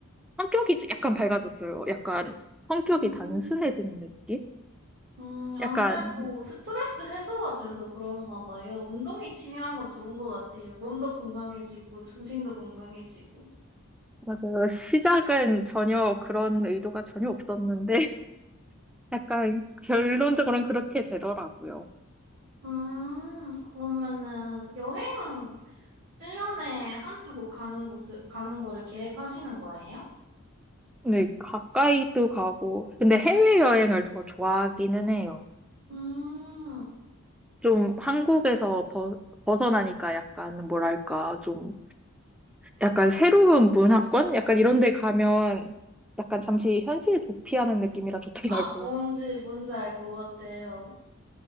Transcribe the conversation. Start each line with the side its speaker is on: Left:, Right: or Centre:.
Centre: 성격이 약간 밝아졌어요. 약간 성격이
Right: 음,
Centre: 단순해진 느낌?
Right: 음, 아무래도
Centre: 약간,
Right: 스트레스 해소가 돼서 그런가 봐요. 운동이 치밀한 건 좋은 것 같아요. 몸도 건강해지고, 정신도 건강해지고.
Centre: 맞아요. 시작은 전혀 그런 의도가 전혀 없었는데, <laughs> 약간 결론적으로는 그렇게 되더라고요.
Right: 음, 그러면은 여행은 1년에 한두 곳 가는 곳을, 가는 거를 계획하시는 거예요?
Centre: 근데 가까이도 가고, 근데 해외여행을 더 좋아하기는 해요.
Right: 음,
Centre: 좀 한국에서 벗, 벗어나니까 약간 뭐랄까, 좀 약간 새로운 문화권? 약간 이런 데 가면 약간 잠시 현실 도피하는 느낌이라 좋더라고요.
Right: 아, 뭔지, 뭔지 알 것 같아요.